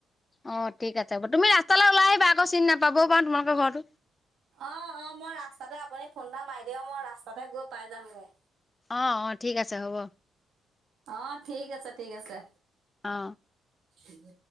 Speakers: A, on the left; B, on the right.
A: অ ঠিক আছে বাৰু তুমি ৰাস্তালৈ ওলাই আহিবা আকৌ চিনি নাপাবও পাৰো তোমালোকৰ ঘৰৰতটো
B: অ অ মই ৰাস্তাতে আপুনি ফোন এটা মাৰি দেউ মই ৰাস্তাতে গৈ পাই যামগৈ
A: অ অ ঠিক আছে হ'ব
B: অ ঠিক আছে ঠিক আছে
A: অ
B: উ